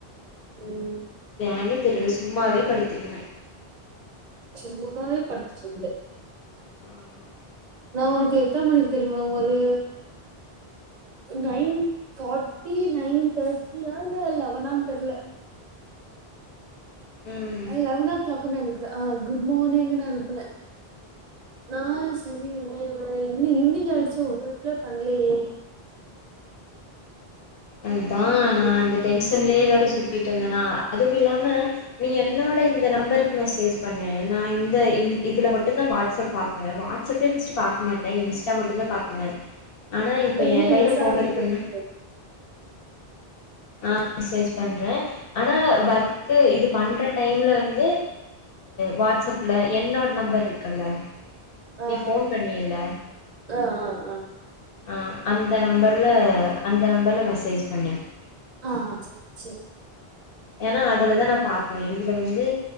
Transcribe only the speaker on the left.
ஏன்னே தெரில சும்மாவே படுத்திருந்தே
ஆமா
ம்.
அதா
நா அந்த டென்ஷன்லயே வேற சுதிட்டு இருந்தேனா அதும் இல்லாம நீ என்னோட இந்த நம்பருக்கு மெசேஜ் பண்ணு நா இந்த இதுல மட்டுதா வாட்ஸ்அப் பாக்குவே வாடஸ் ஃபஸ்டு பாக்க மாட்டே இன்ஸ்டா மட்டுதா பாக்குவே ஆனா இப்ப
என் கையில
ஃபோனு
இருக்குனு
ஆ மெசேஜ் பண்றே ஆனா ஒர்க்கு இது பண்ற டைம்ல வந்து வாட்ஸ்அப்ல என்னோட நம்பர் இருக்குல்ல நீ
ஃபோன் பண்ணில்ல
ஆ அந்த நம்பரில அந்த நம்பரில மெசேஜ் பண்ணி
எனா அதுலதா நா பாக்குவே இதுல வந்து